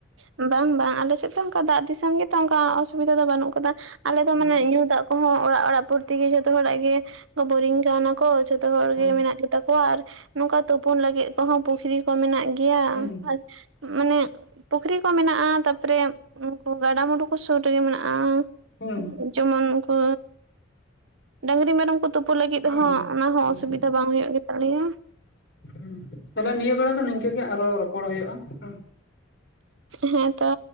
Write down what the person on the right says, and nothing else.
ᱵᱟᱝ ᱵᱟᱝ ᱟᱞᱮᱮᱥᱮᱫ ᱫᱚ ᱚᱱᱠᱟ ᱫᱟᱜ ᱫᱤᱥᱚᱢ ᱜᱮᱛᱚ ᱚᱱᱠᱟ ᱚᱥᱩᱵᱤᱫᱟ ᱫᱚ ᱵᱟᱹᱱᱩᱜ ᱟᱠᱟᱫᱟ, ᱟᱞᱮ ᱫᱚ
ᱢᱟᱱᱮ ᱧᱩ ᱫᱟᱜ ᱦᱚᱸ ᱚᱲᱟᱜ ᱚᱲᱟᱜ ᱯᱨᱚᱛᱤ ᱜᱮ ᱡᱷᱚᱛᱚ ᱦᱚᱲᱟᱜ ᱜᱮ ᱵᱳᱨᱤᱝ ᱠᱚ ᱦᱮᱱᱟᱜ ᱾ ᱡᱚᱛᱚ ᱦᱚᱲ
ᱜᱮ ᱢᱮᱱᱟᱜ ᱜᱮᱛᱟ ᱠᱚᱣᱟ ᱟᱨ ᱱᱚᱝᱠᱟ ᱛᱩᱯᱩᱱ ᱞᱟᱹᱜᱤᱫ ᱠᱚᱦᱚᱸ ᱯᱩᱠᱷᱨᱤ ᱠᱚ ᱢᱮᱱᱟᱜ ᱜᱮᱭᱟ
ᱟᱨ ᱢᱟᱱᱮ ᱯᱩᱠᱷᱨᱤ ᱠᱚ ᱢᱮᱱᱟᱜᱼᱟ, ᱛᱟᱯᱚᱨᱮ ᱩᱱᱠᱩ ᱜᱟᱰᱟᱼᱢᱩᱸᱰᱩ ᱠᱚ ᱥᱩᱨ ᱨᱮᱜᱮ ᱢᱮᱱᱟᱜᱼᱟ᱾
ᱡᱮᱢᱚᱱ ᱩᱱᱠᱩ ᱰᱟᱝᱨᱤ, ᱢᱮᱨᱚᱢ ᱠᱚᱼᱼ ᱛᱩᱯᱩ ᱞᱟᱹᱜᱤᱫ
ᱦᱚᱸ ᱚᱱᱟ ᱦᱚᱸ
ᱚᱥᱩᱵᱤᱫᱟ ᱵᱟᱝ ᱦᱩᱭᱩᱜ ᱜᱮᱛᱟᱞᱮᱭᱟ᱾
ᱦᱮᱸ ᱛᱚ᱾